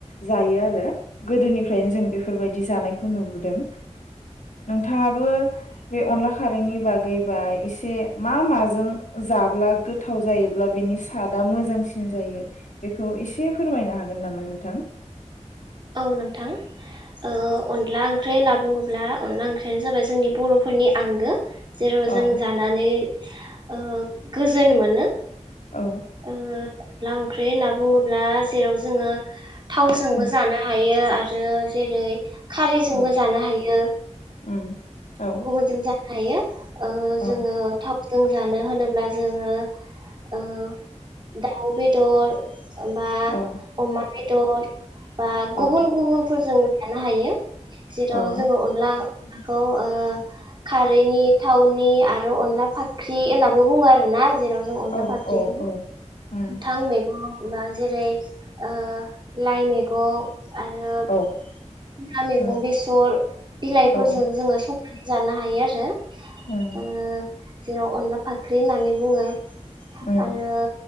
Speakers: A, on the left (about 90°); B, on the right (about 40°).
A: जायो आरो गोदोनिफ्रायनो जों बेफोरबायदि जानायखौ नुबोदों नोंथाङाबो बे अनला खारैनि बागैबा एसे मा माजों जाब्ला गोथाव जायोब्ला बेनि सादआ मोजांसिन जायो बेखौ इसे फोरमायनो हागोन नामा नोंथां?
B: औ नोंथां ओ अनला ओं ख्रै होनना बुङोब्ला अनला ओंख्रियानो जाबाय जोंनि बर'फोरनि आंगो जेराव जों
A: औ
B: जानानै ओ गोजोन मोनो
A: औ
B: ओ लां ओंख्रि होनना बुङोब्ला जेराव जोङो थावजोंबो
A: उम
B: जानो हायो आरो जेरै खारैजोंबो
A: उम
B: जानो हायो
A: उम औ
B: गुबुनजों जा हायो ओ
A: औ
B: जोङो थाव जोंजानो होनोब्ला जोङो ओ दाउ बे दर बा
A: औ
B: अमा बेदर बा
A: औ
B: गुबुन गुबुनफोरजों साननो हायो जेराव
A: औ
B: जोंङो अनला नाखौ ओ खारैनि थावनि आरो अनला फाख्रि होनाबो बुङो आरो ना जेराव जों अनला
A: औ
B: फाख्रिखौ
A: औ
B: गोथां
A: औ उम
B: मैगं बा जेरै आ लाइमे गं आरो
A: औ
B: ना मैगं
A: उम
B: बेसर बिलाइफोरजों
A: औ
B: जोंङो स जानो हायो आरो
A: उम
B: ओ जेराव अनला फाख्रि होननानै बुंङो।
A: उम
B: आरो